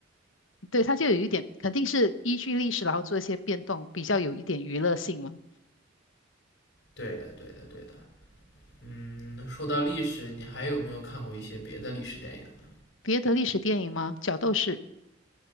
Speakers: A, on the left; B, on the left.
A: 对，它就有一点肯定是依据历史然后做一些变动，比较有一点娱乐性了。
B: 对的，对的，对的。嗯，说到历史，你还有没有看过一些别的历史电影呢？
A: 别的历史电影吗？角斗士